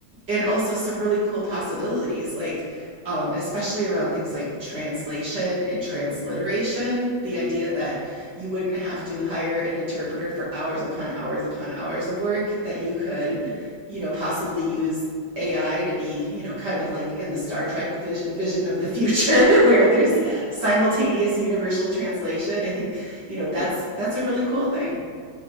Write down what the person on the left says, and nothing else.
mm,
yeah,
yeah,